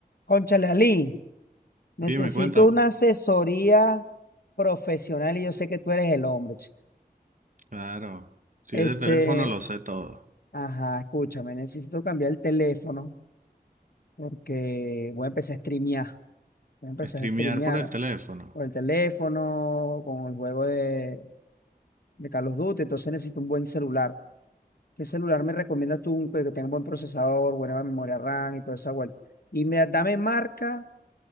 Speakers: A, on the left; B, on the right.
A: Cónchale, Ali, necesito
B: Dime, cuéntame.
A: una asesoría profesional y yo sé que tú eres el hombre. ch-
B: Claro, si
A: Este,
B: es de teléfono lo sé todo.
A: ajá, escúchame, necesito cambiar el teléfono porque voy a empezar a streamear. Voy a empezar
B: Streamear
A: a streamear
B: por el teléfono.
A: por el teléfono, con el juego de, de Call of Duty, entonces necesito un buen celular. ¿Qué celular me recomiendas tú que que tenga buen procesador, buena memoria RAM y toda esa vuelta? Y me, dame marca,